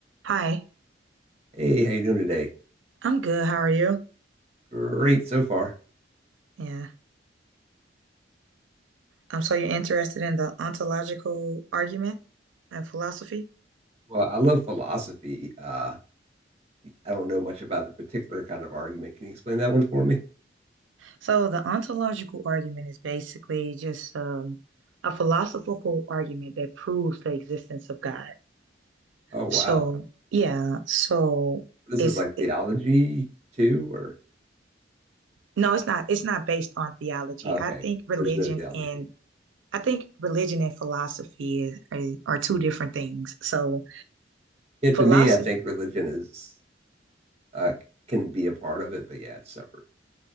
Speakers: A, on the right; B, on the right.
A: Hi,
B: Hey, how you doing today?
A: I'm good. How are you?
B: Great so far.
A: Yeah. Um, so you're interested in the ontological argument and philosophy?
B: Well, I love philosophy. Uh, I don't know much about the particular kind of argument. Can you explain that one for me?
A: So the ontological argument is basically just um, a philosophical argument that proves the existence of God.
B: Oh, wow.
A: So yeah, so
B: This
A: it's
B: is like theology
A: it,
B: too, or
A: no, it's not. It's not based on theology.
B: okay,
A: I think religion
B: there's no theology.
A: and I think religion and philosophy is, are, are two different things. So
B: Yeah, to
A: philosophy.
B: me, I think religion is uh, can be a part of it, but yeah, it's separate